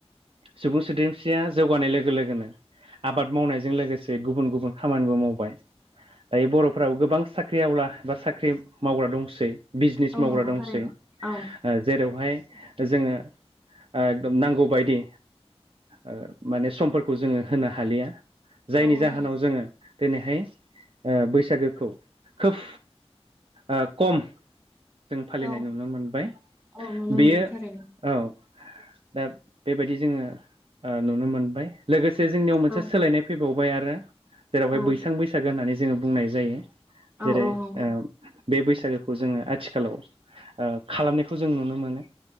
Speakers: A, on the right; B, on the right.
A: सुबुं सोद्रोमसिया जौगानाय लोगो लोगोनो आबाद मावनायजों लोगोसे गुबुन गुबुन खामानिबो मावबाय दायो बर'फोराबो गोबां साख्रि आवला बा साख्रि मावग्रा दंसै बिजनिस
B: औ
A: मावग्रा
B: नंगौ
A: दं
B: थारैनो
A: सै ओ
B: औ
A: जेरावहाय जोङो आ एकदम नांगौ बायदि ओ माने समफोरखौ जोङो होनो हालिया जायनि
B: औ होनो
A: जाहोनाव
B: हागोन
A: जोङो दिनैहाय ओ बैसागोखौ खोफ ओ खम जों फालिनाय
B: औ
A: नुनो मोनबाय
B: औ नुनो
A: बेयो
B: मोनो थारैनो
A: औ दा बेबायदि जोङो ओ नुनो मोनबाय। लोगोसे जोंनियाव मोनसे
B: औ
A: सोलायनाय फैबावबाय आरो जेरावहाय
B: औ
A: बैसां बैसागो होननानै जोङो बुंनाय जायो।
B: औ
A: जेरै
B: औ नंगौ
A: ओ बे बैसागोखौ जोङो आथिखालाव ओ खालामनायखौ जों नुनो मोनो